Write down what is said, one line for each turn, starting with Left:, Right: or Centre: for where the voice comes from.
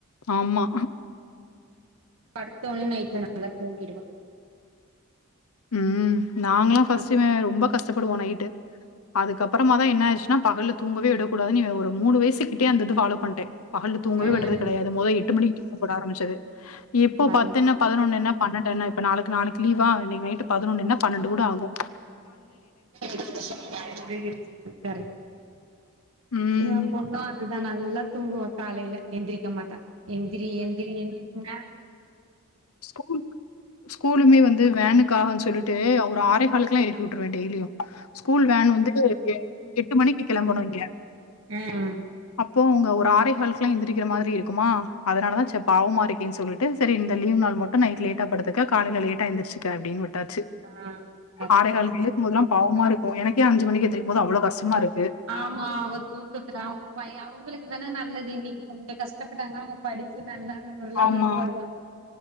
Left: ஆம்மா
Right: படுத்தொன்ன நைட்ல நல்லா தூங்கிடுவா.
Left: ம் நாங்களாம் பஃர்ஸ்ட்ன
Right: அப்றோ
Left: ரொம்ப கஷ்டப்படுவோ நைட்டு அதுக்கப் அப்றமா தா என்ன ஆயிருச்சுனா பகல்ல தூங்கவே விடக்கூடாது‌னு ஒரு மூணு வயசுகிட்டயே அந்த இது ஃபாலோ பன்ட்டே பகல்ல தூங்கவே
Right: ம்
Left: விட்றது கெடயாது மொத எட்டு மணிக்கு தூங்கப்போட ஆரம்புச்சது இப்போ
Right: அது
Left: பத்தென்ன பதனொன்னே பன்னெண்டு என்ன இப்ப நாளிக்கு நாளிக்கு லீவா இன்னிக்கு நைட்டு பதுனொன்னு என்ன பன்னெண்டு கூட ஆகு
Right: <inaudible> கரெக்ட்
Left: ம்.
Right: ஏ பொண்ணு அதுதா நல்லா தூங்குவா காலைல எந்திரிக்க மாட்டா எந்திரி எந்திரி எந்திரினா
Left: ஸ்கூல் ஸ்கூலுமே வந்து வேனுக்கான்னு சொல்லி ட்டு ஒரு ஆறேஹாலுக்கெலா எழுப்பி விட்டுருவ டெய்லியு ஸ்கூல் வேன் வந்து எட்டு மணிக்கு கெளம்பனு இங்க
Right: ம்
Left: அப்போ உங்க ஒரு ஆறேஹாலுக்கெலா எந்திரிக்கிற மாரி இருக்குமா அதனால தா ச்ச பாவமா இருக்கேனு சொல்ட்டு செரி இந்த லீவ் நாள் மட்டு‌ நைட் லேட்டா படுத்துக்க காலைல லேட்டா எந்திருச்சுக்க அப்டினு விட் டச்சு
Right: ஆ கரெக்ட்
Left: ஆறே காலுக்கு
Right: தா
Left: எழுப்பும்போதெல்லா
Right: நீங்க
Left: பாவமா இருக்கு எனக்கே அஞ்சு மணிக்கு எந்திரக்க மோது அவ்ளோ கஷ்டமா இரு
Right: ஆமா அவ தூக்கத்துல அவுங்கய்ய அவுங்களுக்கு தான நல்லது இன்னிக்கு கொஞ்சோ கஷ்டப்பட்டாங்கன்னா அவுங்க படிச்சு நல்லா ஒரு லெவலுக்கு
Left: ஆமா
Right: வருவாங்க